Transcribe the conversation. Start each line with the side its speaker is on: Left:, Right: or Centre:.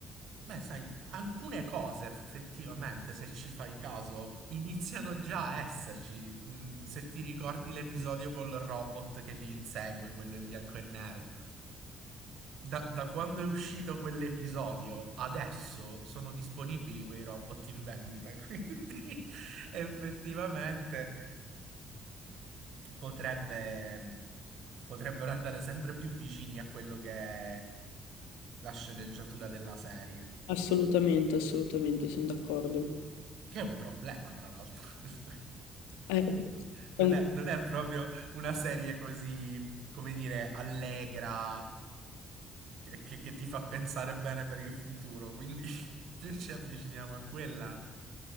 Right: Beh, sai, alcune cose effettivamente, se ci fai caso, iniziano già a esserci. Mm, se ti ricordi l'episodio col robot che li insegue, quello in bianco e nero. Da, da quando è uscito quell'episodio, adesso sono disponibili quei robot in vendita, <laughs> quindi effettivamente potrebbe- potrebbero andare sempre più vicini a quello che è la sceneggiatura della serie,
Left: Assolutamente, assolutamente, sono d'accordo.
Right: che è un problema, tra l'altro. <laughs>
Left: Eh,
Right: Non
Left: è un...
Right: è, non è proprio una serie così, come dire, allegra, che, che- che ti fa pensare bene per il futuro. Quindi <laughs> più ci avviciniamo a quella,